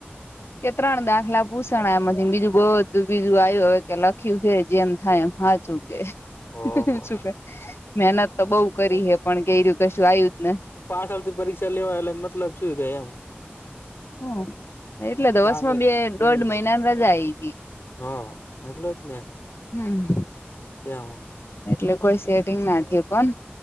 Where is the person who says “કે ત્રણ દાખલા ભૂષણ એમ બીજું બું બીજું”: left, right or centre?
Left